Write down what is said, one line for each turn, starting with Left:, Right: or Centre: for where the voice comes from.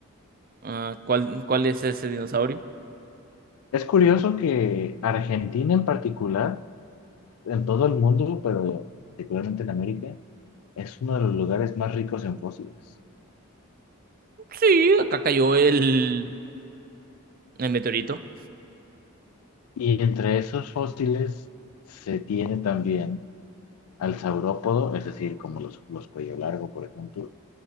Right: Ah, ¿cuál, cuál es ese dinosaurio?
Left: Es curioso que Argentina en particular, en todo el mundo, pero particularmente en América, es uno de los lugares más ricos en fósiles.
Right: Sí, acá cayó el, el meteorito.
Left: Y entre esos fósiles se tiene también al saurópodo, es decir, como los, los cuello largo, por ejemplo,